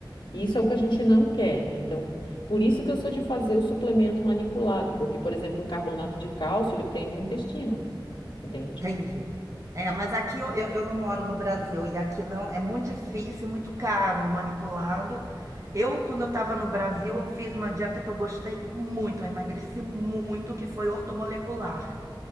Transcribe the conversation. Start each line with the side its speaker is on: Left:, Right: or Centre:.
Left: E isso é o que a gente não quer, né? Então, por isso que eu sou de fazer o suplemento manipulado, porque, por exemplo, um carbonato de cálcio, ele prende o intestino, entende?
Right: Entendi. É, mas aqui eu, eu, eu não moro no Brasil e aqui não, é muito difícil, muito caro, manipulado. Eu, quando eu estava no Brasil, eu fiz uma dieta que eu gostei muito, eu emagreci muito, que foi ortomolecular.